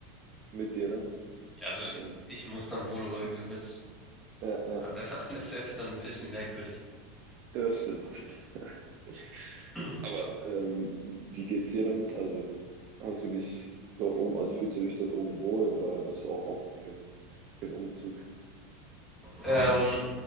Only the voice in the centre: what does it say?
Ja, Also, i
ich muss dann wohl oder übel mit.
Anders, <laughs> anders wäre es dann ein bisschen merkwürdig.
<clears throat>
Ähm,